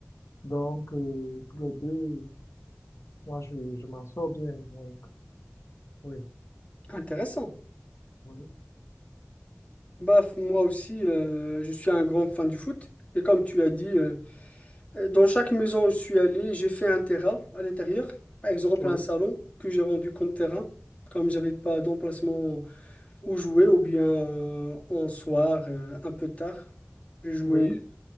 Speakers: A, on the left; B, on the left.
A: Donc, euh, tous les deux, moi, je, je m'en sors bien. Donc, oui,
B: Intéressant.
A: oui,
B: Bah, moi aussi, euh, je suis un grand fan du foot. Et comme tu as dit, euh, Euh, Dans chaque maison où je suis allé, j'ai fait un terrain à l'intérieur, par exemple
A: oui,
B: un salon que j'ai rendu comme terrain, comme j'avais pas d'emplacement où jouer, ou bien euh, en soir, euh, un peu tard. Je jouais
A: oui,